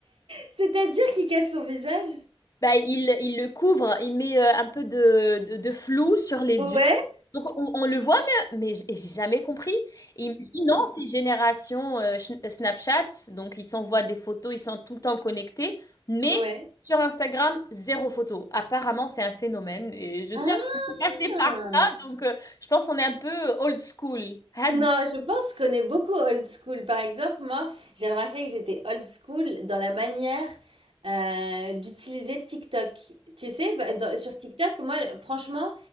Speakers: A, on the right; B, on the left.
A: C'est-à-dire qu'il cache son visage?
B: Bah, il, il le couvre, il met euh, un peu de, de de flou sur les
A: Ouais.
B: yeux. Donc on, on le voit, mais, mais j- j'ai jamais compris. Et il me dit non, c'est génération euh, Sh- Snapchat, donc ils s'envoient des photos, ils sont tout le temps connectés, mais
A: Ouais.
B: sur Instagram, zéro photo. Apparemment, c'est un phénomène et je
A: Ah!
B: suis un peu passée par ça, donc euh, je pense qu'on est un peu old school. Has
A: Non,
B: been.
A: je pense qu'on est beaucoup old school. Par exemple, moi, j'ai remarqué que j'étais old school dans la manière euh, d'utiliser TikTok. Tu sais, bah, dans- sur TikTok, moi, franchement,